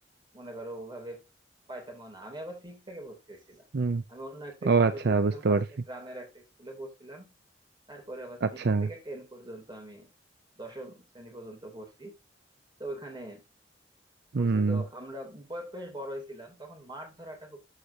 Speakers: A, on the right; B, on the right.
A: মনে করো ওভাবে পাইতাম না আমি আবার সিক্স থেকে ভর্তি হয়েছিলাম
B: হুম
A: আমি অন্য একটা
B: ও
A: স্কুলে
B: আচ্ছা
A: পড়ছিলাম
B: বুঝতে
A: ফার্স্টে
B: পারছি
A: গ্রামের একটা স্কুলে পড়ছিলাম তারপরে আবার
B: আচ্ছা
A: সিক্স থেকে টেন পর্যন্ত আমি দশম শ্রেণী পর্যন্ত পড়ছি তো ওইখানে পড়ছি
B: হুম
A: তো আমরা ব- বেশ বড়ই ছিলাম তখন মাছ ধরাটা খুব